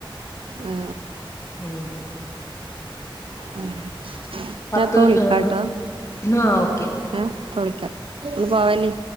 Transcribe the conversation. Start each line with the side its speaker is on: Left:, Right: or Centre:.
Right: ആ
Left: ഊം
Right: ഉം.
Left: പത്ത്
Right: ഞാപ്പൊ വിളിക്കാട്ടോ
Left: ആഹ് ആഹ് ഓക്കെ
Right: ഏഹ് ഇപ്പൊ വിളിക്കാ. ഇങ്ങള് പോവല്ലി.